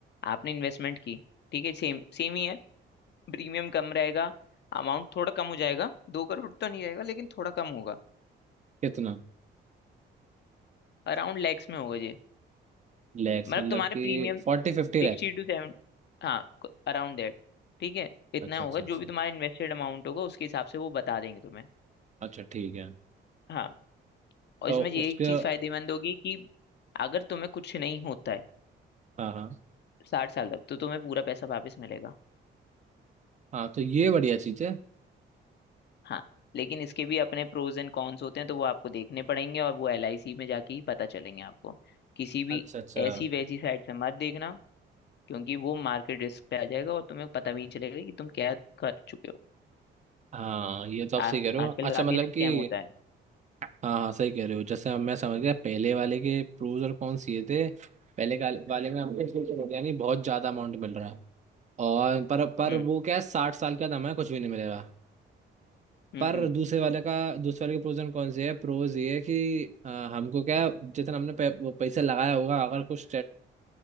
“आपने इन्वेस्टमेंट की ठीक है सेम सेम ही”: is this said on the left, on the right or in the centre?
Left